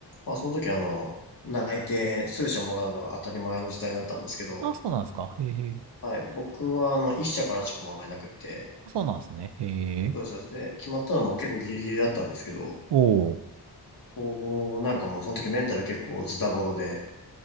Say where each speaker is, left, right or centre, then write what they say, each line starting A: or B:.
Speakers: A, on the left (about 55°); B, on the right (about 80°).
A: まあ、その時、あの、内定数社もらうのが当たり前の時代だったんですけど、
B: あ、そうなんですか。へえへえ。
A: はい、僕は、あの、1社からしかもらえなくって、
B: あそうなんですね。へえ。
A: そうですそうですで、決まったのも結構ギリギリだったんですけど、
B: おお。
A: こう、なんかもうその時メンタル結構ズタボロで、